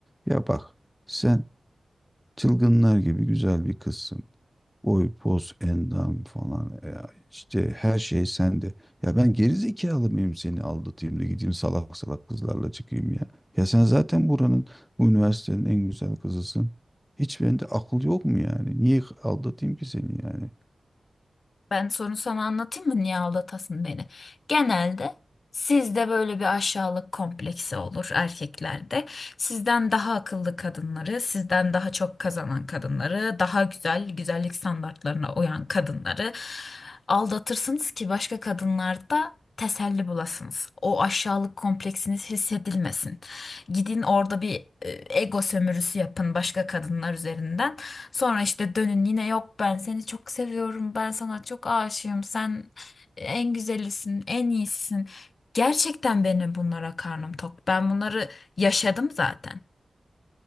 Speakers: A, in the centre; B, on the left (about 65°).
A: Ya bak. Sen çılgınlar gibi güzel bir kızsın. Boy, poz, endam falan. Ya işte her şey sende. Ya ben gerizekalı mıyım seni aldatayım da gideyim salak salak kızlarla çıkayım ya. Ya sen zaten buranın, bu üniversitenin en güzel kızısın. Hiç bende akıl yok mu yani? Niye aldatayım ki seni yani?
B: Ben sorunu sana anlatayım mı? Niye aldatasın beni? Genelde sizde böyle bir aşağılık kompleksi olur erkeklerde. Sizden daha akıllı kadınları, sizden daha çok kazanan kadınları, daha güzel güzellik standartlarına uyan kadınları aldatırsınız ki başka kadınlarda teselli bulasınız. O aşağılık kompleksiniz hissedilmesin. Gidin orada bir e, ego sömürüsü yapın başka kadınlar üzerinden. Sonra işte dönün yine yok ben seni çok seviyorum ben sana çok aşığım sen en güzelisin en iyisisin. Gerçekten benim bunlara karnım tok. Ben bunları yaşadım zaten.